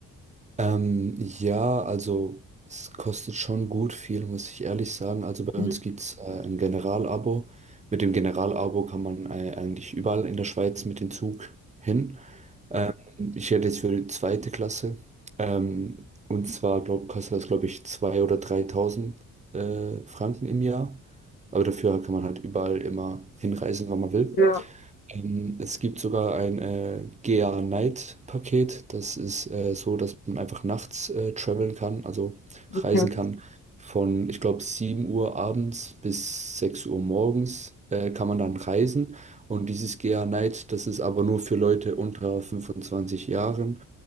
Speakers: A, on the right; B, on the left.
A: Ähm, ja, also es kostet schon gut viel, muss ich ehrlich sagen. Also bei
B: Mhm.
A: uns gibt es äh, ein Generalabo. Mit dem Generalabo kann man äh, eigentlich überall in der Schweiz mit dem Zug hin. Ähm, ich hätte jetzt für die zweite Klasse. Ähm, und zwar glaub, kostet das, glaube ich, 2.000 oder 3.000 äh, Franken im Jahr. Aber dafür kann man halt überall immer hinreisen, wann man will.
B: Ja,
A: Ähm, es gibt sogar ein äh, GA Night Paket. Das ist äh, so, dass man einfach nachts äh, traveln kann, also reisen
B: okay.
A: kann. Von, ich glaube, 7 Uhr abends bis 6 Uhr morgens äh, kann man dann reisen. Und dieses GA Night, das ist aber nur für Leute unter 25 Jahren.